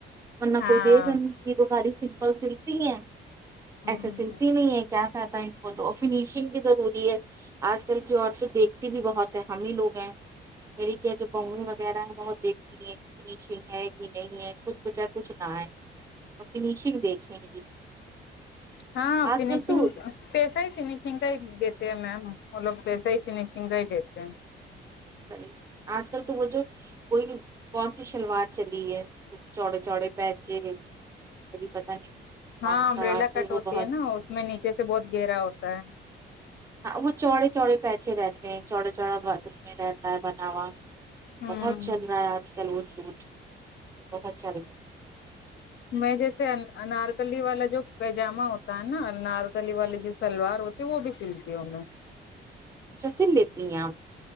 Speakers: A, on the right; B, on the left.
A: ورنہ
B: ہاں
A: کوئی دے د یہ دو ساری سمپل سلکتی ہیں
B: ہ
A: ایسے سلتی نہیں ہے کیا کہتا ہے ان کو تو اور فنیشنگ بھی ضروری ہے آج کل کی عورتے تو دیکھتی بھی بہت ہے ہم ہی لوگ ہیں میری کیا جو بہنی وغیرہ ہیں بہت دیکھتی ہے فنیشنگ ہے کہ نہیں ہے کچھ کچھ ہے کچھ نہ ہے اور فنیشنگ دیکھیں گی
B: ہاں
A: آج
B: فینشنگ
A: کل تو
B: پیسہ ہی فنیشنگ کا ہی دیتے ہیں میم وہ لوگ پیسہ ہی فنیشنگ کا ہی دیتے ہیں
A: صحیح آج کل تو وہ جو کوئی بھی کون سی شلوار چلی ہے چوڑے چوڑے پہچے مری پتا نہیں
B: ہاں
A: کون
B: امبریلا
A: سا آج کل
B: کٹ
A: وہ
B: ہوتی
A: بہت
B: ہے نا اس میں نیچے سے بہت گہرا ہوتا ہے
A: ہاں وہ چوڑے چوڑے پیچے رہتے ہیں چوڑے چوڑا اس میں رہتا ہے بنا ہوا
B: ہوں
A: بہت چل رہا ہے آج کل وہ سوٹ بہت چل رہا ہے
B: میں جیسے انارکلی والا جو پیجامہ ہوتا ہے نا انارکلی والے
A: ہے ہوں
B: جس سلوار ہوتی ہے وہ بھی سلتی ہوں میں
A: اچھا سل لیتی ہیں آپ